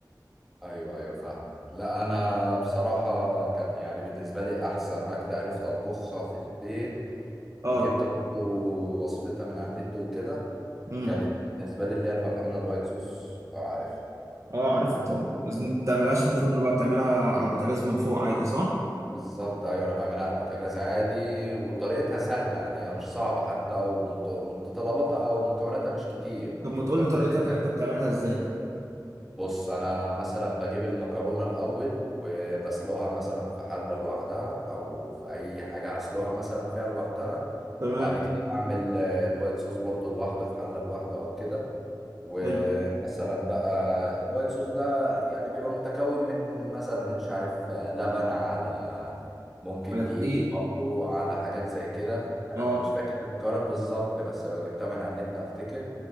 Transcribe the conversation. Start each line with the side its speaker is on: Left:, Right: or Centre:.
Centre: ايوه ايوه فاهمك لا انا بصراحه كان يعني بالنسبه لي احسن اكله عرفت اطبخها في البيت
Right: اه
Centre: وجبت برضو وصفتها من على النت وكده
Right: امم
Centre: كانت بالنسبه لي اللي هي المكرونه الوايت صوص لو عارف
Right: اه عارفها طبعا بس انت بتعملهاش
Centre: آه
Right: في الفرن بقى بتعملها على البوتاجاز من فوق عادي صح؟
Centre: بالظبط ايوه انا بعملها على البوتاجاز عادي وطريقتها سهله يعني هي مش صعبه حتى ومت- ومتطلباتها او مكوناتها مش كتير
Right: طب ما تقول
Centre: ده
Right: لي
Centre: كل
Right: طريقتها
Centre: اللي انت
Right: كده انت بتعملها ازاي؟
Centre: بص انا مثلا بجيب المكرونه الاول وبسلقها مثلا في حله لوحدها او في اي حاجه هسلقها مثلا فيها لوحدها
Right: تمام
Centre: وبعد كده بعمل آه، الوايت صوص برضو لوحده في حله لوحده او كده ومثلا
Right: حلو
Centre: بقى الوايت صوص بقى يعني بيبقى متكون من مثلا مش عارف آه، لبن على ممكن
Right: على
Centre: دقيق
Right: دقيق
Centre: برضو على حاجات زي كده يعني
Right: اه
Centre: انا مش فاكر المكونات بالظبط بس لو جبتها من على النت هفتكر